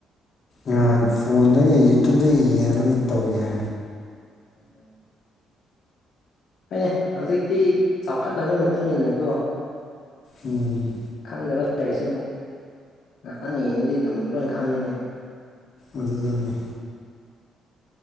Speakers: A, on the left (about 50°); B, on the left (about 65°).
A: ꯎꯝ ꯐꯣꯟꯗꯒꯤ ꯌꯨꯇ꯭ꯌꯨꯕꯇꯒꯤ ꯌꯦꯡꯉꯒ ꯇꯧꯏ ꯍꯦ
B: ꯎꯝ ꯍꯣꯏꯅꯦ ꯍꯧꯖꯤꯛꯇꯤ ꯆꯥꯎꯈꯠꯂꯕ ꯃꯇꯨꯡ ꯏꯟꯅꯀꯣ
A: ꯎꯝ꯫
B: ꯈꯪꯗꯕ ꯂꯩꯔꯁꯨꯨ ꯉꯥꯛꯇꯪ ꯌꯦꯡꯉꯗꯤ ꯑꯗꯨꯝ ꯂꯣꯏꯅ ꯈꯪꯏꯅꯦ
A: ꯑꯗꯨꯗꯅꯤ